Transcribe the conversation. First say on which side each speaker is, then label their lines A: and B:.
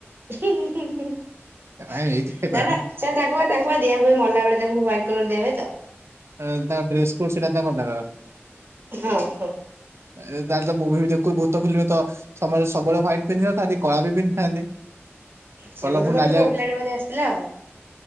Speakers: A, on the right; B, on the right.
A: ନା
B: ଏଇଥି ହେଇପାରେ
A: ନା ସେ ତାଙ୍କୁ ବା ତାଙ୍କୁ ବା ଦିଆ ହୁଏ ମଲା ବେଳେ ତାଙ୍କୁ ୱାଇଟକଲର୍ ଦିଆ ହୁଏ ତ।
B: ଆଁ ତାଙ୍କ ଡ୍ରେସକୋଟ ସେଇଟା କରିଦେବା।
A: ହଁ ହଁ
B: ଏ ତାର ତ ମୁଭିବି ଦେଖୁ ଭୂତ ଫିଲ୍ମ ତ ସମୟରେ ସବୁବେଳେ ହ୍ୱାଇଟ ପିନ୍ଧିନଥାନ୍ତି କଳା ବି ପିନ୍ଧିଥାନ୍ତି। <unintelligible>
A: ସେ
B: ନାଲିଆ
A: ବୋଧେ ଗୋଟେ ପୁଅ ପିଲାଟେ ବୋଧେ ଆସିଥିଲା ଆଉ